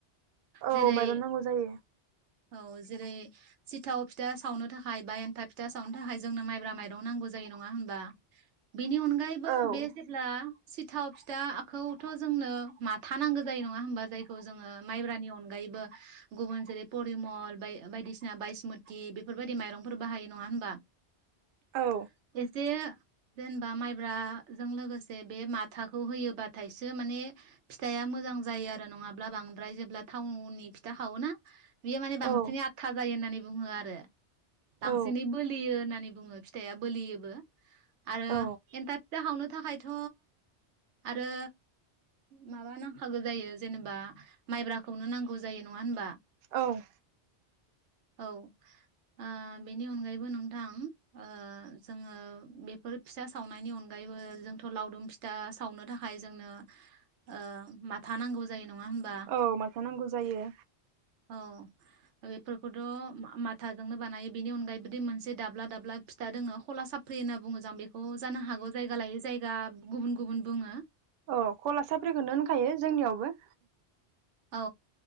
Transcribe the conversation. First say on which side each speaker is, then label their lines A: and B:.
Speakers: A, on the right; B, on the right.
A: औ
B: जेरै
A: माइरं नांगौ जायो‌
B: औ जेरै सिथाव फिथा सावनो थाखाय बा एन्थाब फिथा सावनो थाखाय जोंनो माइब्रा माइरं नांगौ जायो नङा होमबा? बेनि अनगायैबो
A: औ
B: बे जेब्ला। सिथाव फिथाखौथ' जोंनो माथा नांगौ जायो नङा होमबा। खौ जोङो माइब्रानि अनगायैबो गुबुन जेरै परिमल बायदिसिना बायासमति बेफोरबायदि माइरंफोर बाहायो नङा होनबा। <inaudible>
A: औ
B: जे जेनेबा माइब्राजों लोगोसे बे माथाखौ होयोबाथायसो माने फिथाइया मोजां जायो आरो नङाबा। बांद्राय जेब्ला थाउननि फिथा सावोना। बेयो माने बांसिन
A: औ
B: आथा जायो होननानै। बुङो आरो।
A: औ
B: बांसिनै बोलियो होननानै। बुङो फिथाइआ बोलियोबो। आरो
A: औ
B: एन्थाब फिथा सावनो। थाखायथ' आरो माबा नांखागौ जायो जेनेबा। माइब्राखौनो नांगौ जायो नङा होनबा।
A: औ।
B: औ ओ बेनि अनगायैबो नोंथां ओ जोङो बेफोर फिथा सावनायनि अनगायैबो जोंथ' लावदुम फिथा सावनो थाखाय जोंनो ओ माथा नांगौ जायो नङा। होनबा
A: औ माथो नांगौ जायो।
B: औ बेफोरखौथ' माथाजोंनो बानायो बेनि अनगायै बिदि मोनसे दाब्ला दाब्ला फिथा दोङो हला साफ्रि होनना बुङो जों बेखौ जानो हागौ जायगा लायोै जायगा गुबुन गुबुन बुङो।
A: औ कला साफ्रिखौनो होनखायो जोंनियावबो।
B: औ